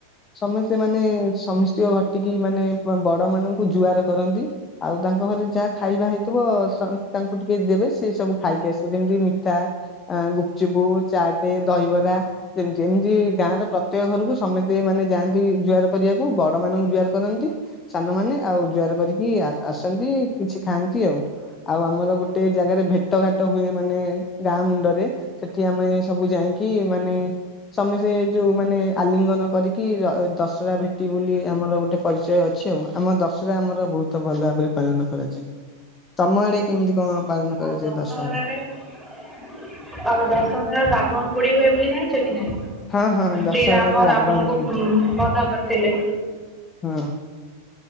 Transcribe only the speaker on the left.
ସମସ୍ତେ ମାନେ ସମସ୍ତ ଘଟିକି ମାନେ ବଡ ମାନଙ୍କୁ ଜୁଆର କରନ୍ତି। ଆଉ ତାଙ୍କ ଘରେ ଯାହା ଖାଇବା ହେଇଥିବ ତାଙ୍କୁ ସ ଟିକେ ଦେବେ ସେି ସବୁ ଖାଇକି ଆସିବେ ଯେମିତି ଚା ଆ ଗୁପୁ ଚୁପୁ ଚାଟେ ଦହିବରା। ତି ଯେମିତି ଗାଁର ପ୍ରତ୍ୟେକ ଘରକୁ ସମସ୍ତେ ମାନେ ଯାଆନ୍ତି ଜୁଆର କରିବାକୁ ବଡ ମାନଙ୍କୁ ଜୁଆର କରନ୍ତି। ସାନମାନେ ଆଉ ଜୁଆର କରିକି ଆସନ୍ତି କିଛି ଖାଆନ୍ତି ଆଉ। ଆଉ ଆମର ଗୋଟେ ଜାଗାରେ ଭେଟଘାତ ହୁଏ ମାନେ ଗାଁ ମୁଣ୍ଡରେ ସେଠି ଆମେ ସବୁ ଯାଇକି ମାନେ ସମେ ସେ ଯୋଉ ମାନେ ଆଲିଙ୍ଗନ କରିକି ଦଶହରା ଭେଟି ବୋଲି ଆମର ଗୋଟେ ପରିଚୟ ଅଛି ଆଉ ଆମ ଦଶହରା ଆମର ବହୁତ ଭଲ ଭାବରେ ପାଳନ କରାଯାଏ। ତମ ଆଡେ କେମିତି କଣ ପାଳନ
କରାଯାଏ
ଦଶହରା?
ହଁ ହଁ ଦଶହରାରେ
ରାବଣ
ପୋଡି
ହୁଁ।